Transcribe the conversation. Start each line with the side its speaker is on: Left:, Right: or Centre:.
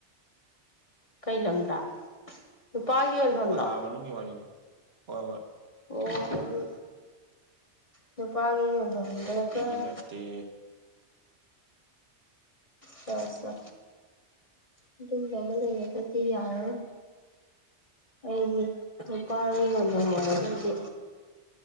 Left: ꯀꯩ ꯂꯝꯗ ꯅꯨꯄꯥꯒꯤ ꯌꯣꯟꯐꯝꯂꯣ
Right: ꯕꯖꯥꯔ ꯃꯅꯨꯡꯒꯤ ꯋꯥꯔꯤꯅꯤ ꯍꯣꯏ ꯍꯣꯏ
Left: ꯑꯣ ꯑꯗꯨ ꯅꯨꯄꯥꯒꯤ <unintelligible>
Right: ꯅꯨꯄꯤꯒꯤ ꯅꯠꯇꯦ
Left: ꯆꯥꯎ ꯆꯥꯎ ꯑꯗꯨꯝꯕ ꯑꯃ ꯂꯩꯔꯒ ꯗꯤ ꯌꯥꯔꯣꯏ ꯑꯩꯒꯤ ꯅꯨꯄꯥꯒꯤ ꯌꯣꯟꯐꯝ ꯅꯦꯕ ꯑꯗꯨꯗꯤ